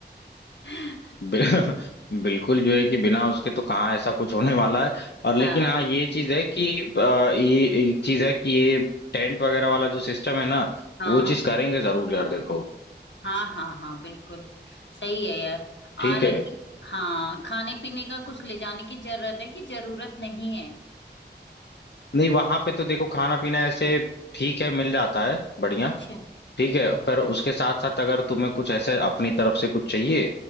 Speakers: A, on the left; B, on the left.
A: <laughs>
B: बि- <laughs> बिल्कुल जो है कि बिना उसके तो कहाँ ऐसा कुछ होने वाला है और लेकिन
A: हाँ
B: हाँ ये चीज है कि अ, ये एक चीज है कि ये टेंट वगैरह वाला जो सिस्टम है ना
A: हाँ
B: वो चीज करेंगे जरूर यार देखो
A: हाँ हाँ हाँ बिल्कुल सही है यार
B: ठीक
A: और
B: है
A: हाँ खाने पीने का कुछ ले जाने की जरूरत है कि जरूरत नहीं है
B: नहीं वहां पे तो देखो खाना पीना ऐसे ठीक है मिल जाता है बढ़िया
A: अच्छा
B: ठीक है पर उसके साथ साथ अगर तुम्हें कुछ ऐसे अपनी तरफ से कुछ चाहिए